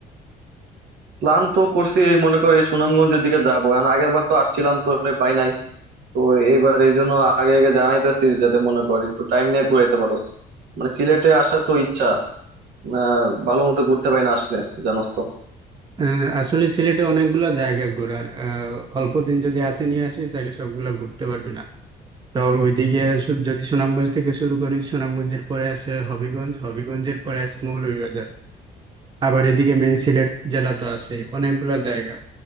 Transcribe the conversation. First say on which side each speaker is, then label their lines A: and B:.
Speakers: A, on the right; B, on the right.
A: প্ল্যান তো করছি এই মনে কর এই সুনামগঞ্জের দিকে যাবো কারণ আগের বার তো আসছিলাম তোরে পাই নাই তো এইবার এই জন্য আগে আগে জানাইতেছি যাতে মনে কর একটু টাইম নিয়ে ঘুরাইতে পারোস মানে সিলেটে আসার তো ইচ্ছা আহ ভালো মতো ঘুরতে পাই না আসলে জানোস তো
B: আহ, আসলে সিলেটে অনেকগুলা জায়গা ঘোরার আহ, অল্প দিন যদি হাতে নিয়ে আসিস তাহলে সবগুলা ঘুরতে পারবি না তো ওইদিকে সু- যদি সুনামগঞ্জ থেকে শুরু করিস সুনামগঞ্জের পরে আছে হবিগঞ্জ হবিগঞ্জের পরে আছে মৌলভীবাজার আবার এদিকে মেন সিলেট জেলা তো আছে অনেকগুলা জায়গা